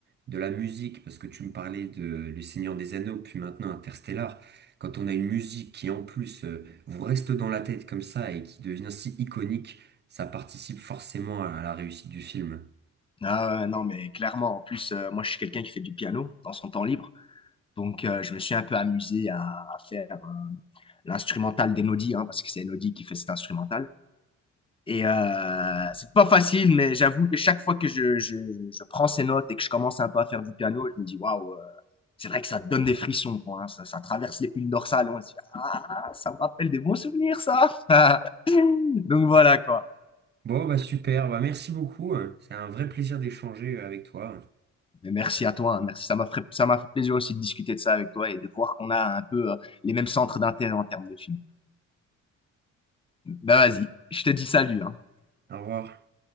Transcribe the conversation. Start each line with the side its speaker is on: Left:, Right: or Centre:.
Right: de la musique, parce que tu me parlais de Le Seigneur des Anneaux, puis maintenant Interstellar, quand on a une musique qui en plus euh, vous reste dans la tête comme ça et qui devient si iconique, ça participe forcément à la réussite du film.
Left: Ah, ouais, non, mais clairement, en plus, euh, moi, je suis quelqu'un qui fait du piano dans son temps libre. Donc, euh, je me suis un peu amusé à, à faire euh, l'instrumental d'Enodi, hein, parce que c'est Enodi qui fait cet instrumental. Et euh, c'est pas facile, mais j'avoue que chaque fois que je, je, je prends ces notes et que je commence un peu à faire du piano, je me dis waouh, euh, c'est vrai que ça donne des frissons, quoi, hein. ça, ça traverse les piles dorsales. On se dit ah, ça me rappelle des bons souvenirs, ça. <laughs> Donc voilà quoi.
Right: Bon, bah super, bah merci beaucoup, hein. c'est un vrai plaisir d'échanger avec toi.
Left: Mais merci à toi, hein, merci. Ça m'a fait, ça m'a fait plaisir aussi de discuter de ça avec toi et de voir qu'on a un peu euh, les mêmes centres d'intérêt en termes de films. Ben vas-y, je te dis salut, hein.
Right: Au revoir.